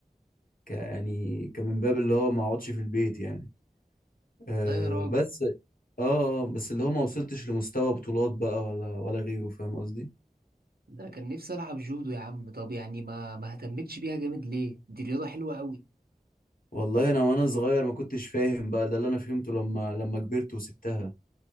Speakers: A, on the left; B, on the right.
A: ك... يعني كمن باب اللي هو ما أقعدش في البيت يعني آه
B: لا يا راجل
A: بس اه آه، بس اللي هو ما وصلتش لمستوى بطولات بقى ولا ولا غيره فاهم قصدي
B: ده أنا كان نفسي ألعب جودو يا عم طب يعني ما ما اهتمتش بيها جامد ليه؟ دي رياضة حلوة أوي
A: والله انا وانا صغير ما كنتش فاهم بقى ده اللي انا فهمته لما لما كبرت وسبتها